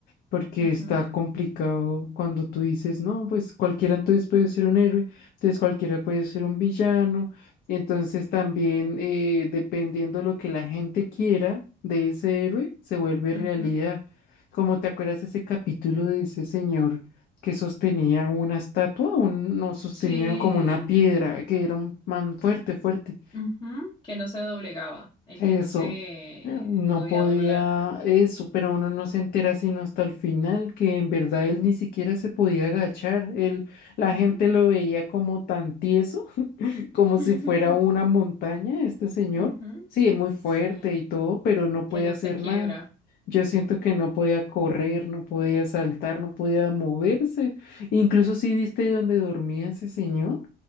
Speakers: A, on the left; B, on the left.
A: Porque
B: Ujú,
A: está complicado cuando tú dices, no, pues cualquiera entonces puede ser un héroe, entonces cualquiera puede ser un villano. y Entonces también eh, dependiendo lo que la gente quiera de ese héroe, se vuelve
B: ujú.
A: realidad. Como te acuerdas ese capítulo de ese señor que sostenía una estatua, un, no, sostenía
B: Sí,
A: como una piedra, que era un man fuerte, fuerte.
B: ujú, Que no se doblegaba, el
A: Eso,
B: que no se
A: eh, no
B: podía
A: podía
B: doblar.
A: eso, pero uno no se entera sino hasta el final, que en verdad él ni siquiera se podía agachar. Él, la
B: Ujú.
A: gente lo veía como tan tieso, <laughs> como
B: <laughs>
A: si fuera una montaña, este señor.
B: Ujú,
A: Sí, es muy fuerte
B: Sí,
A: y todo, pero no
B: que
A: podía
B: no
A: hacer
B: se quiebra.
A: nada. Yo siento que no podía correr, no podía saltar, no podía moverse. Incluso
B: Ujú,
A: si
B: ujú.
A: viste dónde dormía ese señor.